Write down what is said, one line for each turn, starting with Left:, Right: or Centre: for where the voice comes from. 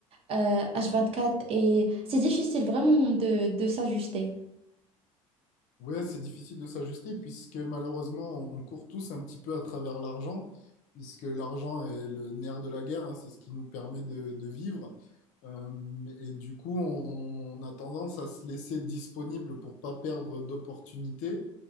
Right: euh, H24 et c'est difficile vraiment de, de s'ajuster.
Left: Ouais, c'est difficile de s'ajuster puisque malheureusement, on court tous un petit peu à travers l'argent, puisque l'argent est le nerf de la guerre, hein, c'est ce qui nous permet de, de vivre. Euh, et du coup, on, on a tendance à se laisser disponible pour pas perdre d'opportunités.